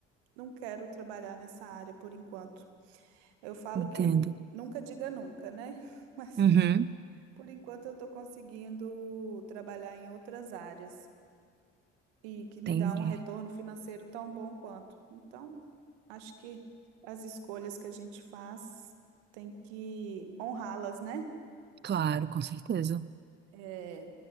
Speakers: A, on the right (about 80°); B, on the right (about 35°).
A: não quero trabalhar nessa área por enquanto. Eu falo
B: Entendo.
A: que nunca diga nunca, né? <laughs> Mas
B: Uhum.
A: por enquanto eu estou conseguindo trabalhar em outras áreas e que me
B: Entendi.
A: dá um retorno financeiro tão bom quanto. Então, acho que as escolhas que a gente faz tem que honrá-las, né?
B: Claro, com certeza.
A: É,